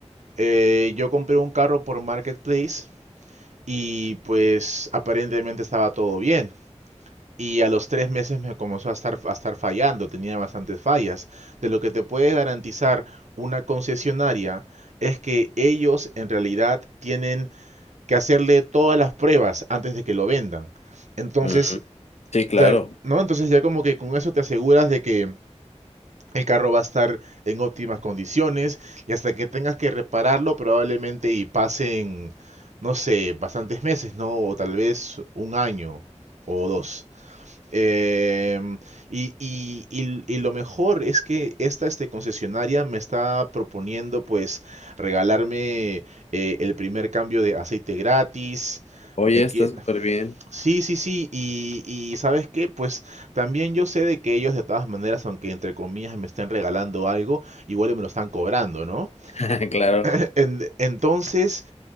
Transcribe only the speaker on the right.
eh, yo compré un carro por Marketplace y pues aparentemente estaba todo bien. Y a los tres meses me comenzó a estar, a estar fallando, tenía bastantes fallas. De lo que te puede garantizar una concesionaria es que ellos en realidad tienen que hacerle todas las pruebas antes de que lo vendan. Entonces,
Da- ¿no? Entonces ya como que con eso te aseguras de que el carro va a estar en óptimas condiciones y hasta que tengas que repararlo probablemente y pasen, no sé, bastantes meses, ¿no? O tal vez un año o dos. Em, y, y- y- y lo mejor es que esta este, concesionaria me está proponiendo pues regalarme eh, el primer cambio de aceite gratis.
Me,
qui-
Sí, sí, sí, y, y ¿sabes qué? Pues también yo sé de que ellos de todas maneras, aunque entre comillas me estén regalando algo, igual me lo están cobrando, ¿no?
<laughs> En- entonces,